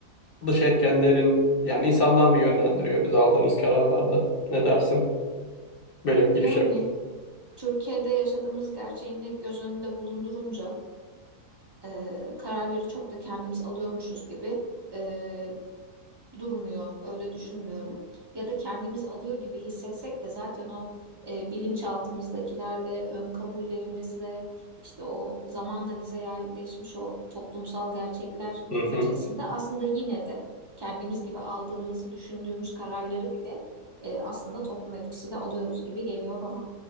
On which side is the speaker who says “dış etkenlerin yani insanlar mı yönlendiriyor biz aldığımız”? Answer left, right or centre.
Left